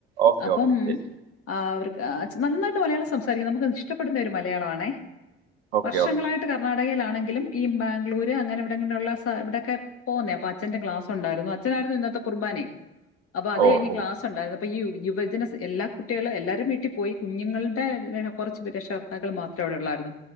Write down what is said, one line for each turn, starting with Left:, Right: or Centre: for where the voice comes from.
Right: ഓക്കെ
Left: അപ്പം
Right: ഓക്കെ ശരി ശരി
Left: ആ അവർക്ക് നന്നായിട്ട് മലയാളം സംസാരിക്കാം നമുക്ക് ഇഷ്ടപ്പെടുന്ന ഒരു മലയാളമാണേ
Right: ഓക്കെ
Left: വർഷങ്ങളായിട്ട്
Right: ഓക്കെ
Left: കർണ്ണാടകയിലാണെങ്കിലും ഈ ബാംഗ്ലൂര് അങ്ങനെ ഇവിടെ ഇങ്ങനെയുള്ള ഇവിടൊക്കെ പോകുന്നേ അപ്പൊ അച്ഛന്റെ ക്ലാസ് ഉണ്ടായിരുന്നു അച്നായിരുന്നു ഇന്നത്തെ കുർബാനയും അപ്പൊ അത്
Right: ഓ
Left: കഴി
Right: ഓ
Left: ക്ലാ ഉണ്ടായി അപ്പൊ ഈ യുവജന എല്ലാ കുട്ടികളും എല്ലാവാരും വീട്ടിൽ പോയി കുഞ്ഞുങ്ങളുടെ കുറച്ച് പ രക്ഷ വാക്കൾ മാത്രം അവിടെയള്ളായിരുന്നു